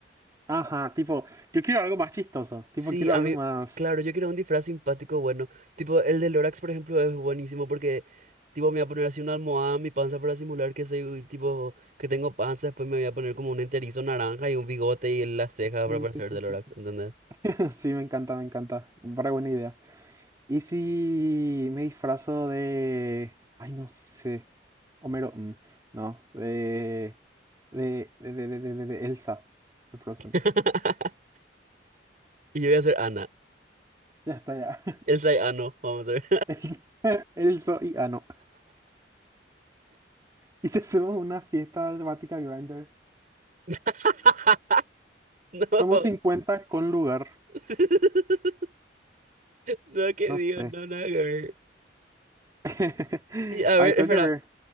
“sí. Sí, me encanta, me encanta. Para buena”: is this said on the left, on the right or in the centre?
Right